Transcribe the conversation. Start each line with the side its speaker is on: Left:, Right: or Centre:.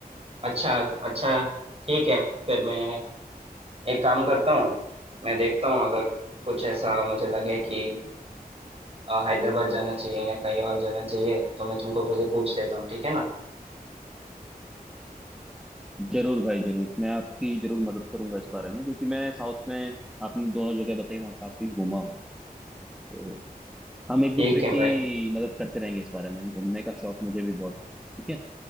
Right: अच्छा अच्छा ठीक है फिर मैं एक काम करता हूँ मैं देखता हूँ अगर कुछ ऐसा मुझे लगे कि अ, हैदराबाद जाना चाहिए या कहीं और जाना चाहिए तो मैं तुमको फिर से पूछ लेता हूँ ठीक है ना
Centre: जरूर भाई जरूर मैं आपकी जरूर मदद करूंगा इस बारे में क्योंकि मैं साउथ में आपने दोनों जगह बताई वहाँ काफी घूमा हूँ तो हम एक
Right: ठीक
Centre: दूसरे
Right: है भाई
Centre: की मदद करते रहेंगे इस बारे में घूमने का शौक मुझे भी बहुत है। ठीक है